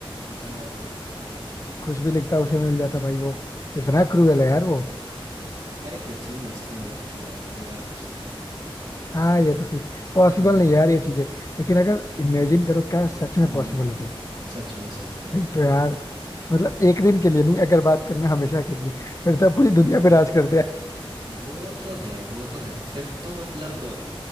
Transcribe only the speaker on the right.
भाई साहब
अरे कुछ नहीं मस्ती मजाक की बात थी और कुछ नहीं थी
हम्म
हम्म
सच में सच में
भाई
वो तो है वो तो है फिर तो मतलब